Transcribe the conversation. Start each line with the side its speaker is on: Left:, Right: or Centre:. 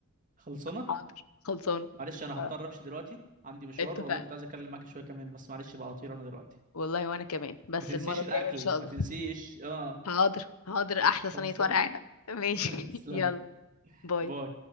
Right: خلصنا
Left: حاضر خلصانة
Right: معلش انا
Left: ف-
Right: هضطر امشي دلوقتي عندي مشوار
Left: اتفقنا
Right: والله كنت عايز اتكلم معاك شويه كمان بس معلش بقى هطير انا دلوقتي
Left: والله وانا كمان بس
Right: ما تنسيش
Left: المرة الجاية
Right: الاكل
Left: ان شاء الله
Right: ما تنسيش اه
Left: حاضر حاضر احلى
Right: خلصنا
Left: صينية ورق عنب ماشي
Right: <laughs> تسلمي
Left: <laughs> يلا باي
Right: باي